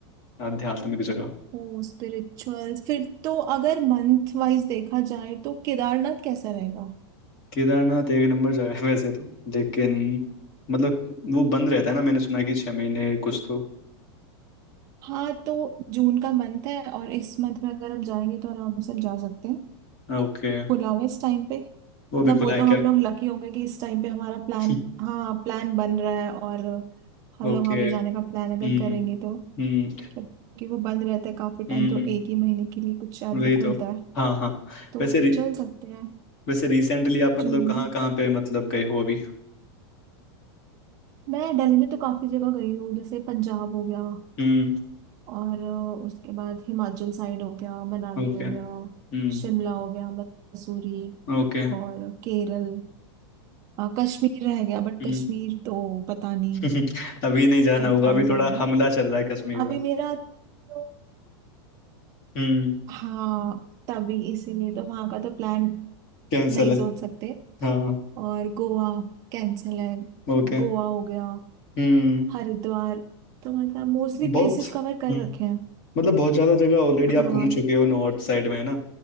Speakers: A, on the left; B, on the right.
A: आध्यात्मिक जगह
B: ओ स्पिरिचुअल फिर तो अगर मंथ वाइज देखा जाए तो केदारनाथ कैसा रहेगा
A: केदारनाथ एक नंबर जगह है वैसे तो लेकिन मतलब वो बंद रहता है ना मैंने सुना है कि छह महीने कुछ तो
B: हाँ तो जून का मंथ है और इस मंथ में अगर हम जाएंगे तो आराम से हम जा सकते हैं
A: ओके
B: खुला हुआ है इस टाइम पे
A: वो
B: मतलब
A: भी खुला
B: वो
A: है
B: तो
A: क्या
B: हम लोग लकी होंगे कि इस टाइम पे हमारा प्लान
A: <laughs>
B: हाँ प्लान बन रहा है और हम
A: ओके
B: लोग वहाँ पे जाने का प्लान
A: हम्म
B: अगर करेंगे तो
A: हम्म
B: क्योंकि वो बंद रहता है काफी टाइम
A: हम्म
B: तो एक ही महीने के लिए कुछ शायद
A: वही
B: वो खुलता
A: तो
B: है
A: हाँ हाँ
B: तो
A: वैसे रि,
B: चल सकते हैं
A: वैसे रिसेंटली आप मतलब
B: जून
A: कहाँ
B: में
A: कहाँ पे मतलब गए हो अभी
B: मैं दिल्ली में तो काफी जगह गई हूँ जैसे पंजाब हो गया
A: हम्म
B: और अ, उसके बाद हिमाचल साइड हो गया मनाली
A: ओके
B: हो गया
A: हम्म
B: शिमला हो गया मसूरी
A: ओके
B: और केरल अ, कश्मीर रह गया बट
A: हम्म
B: कश्मीर तो पता नहीं
A: <laughs> अभी नहीं जाना
B: कब
A: होगा
B: जाया
A: अभी थोड़ा
B: जाएगा
A: हमला चल रहा है कश्मीर
B: तो अभी
A: में
B: मेरा तो
A: हम्म
B: हाँ तभी इसीलिए तो वहां का तो प्लान
A: कैंसल
B: नहीं
A: है
B: सोच सकते
A: हाँ
B: और गोवा कैंसिल है
A: ओके
B: गोवा हो गया
A: हम्म
B: हरिद्वार तो मतलब मोस्टली
A: बहुत
B: प्लेसेस कवर कर
A: हम्म।
B: रखे हैं
A: मतलब बहुत ज्यादा जगह ऑलरेडी
B: हाँ
A: आप घूम चुके हो नॉर्थ साइड में है ना